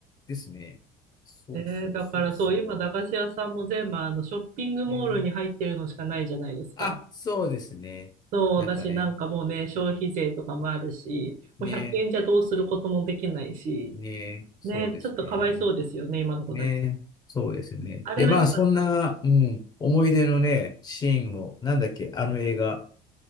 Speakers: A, on the left; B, on the right.
A: ですね。そうそうそうそ
B: えーだからそう、今、駄菓子屋さんも全部あのショッピングモールに入ってるのしかないじゃないですか。
A: う。えーあ、そうですね。
B: そう、
A: なんかね、
B: だし、なんかもうね、消費税とかもあるし、もう100円じゃどうすることもできないし、
A: ね、ね、そうですね。
B: ね、ちょっとかわいそうですよね、今の子たち。
A: ね、そうですね。
B: あれが良かった。
A: で、まあ、そんな、うん、思い出のね、シーンを、なんだっけ、あの映画、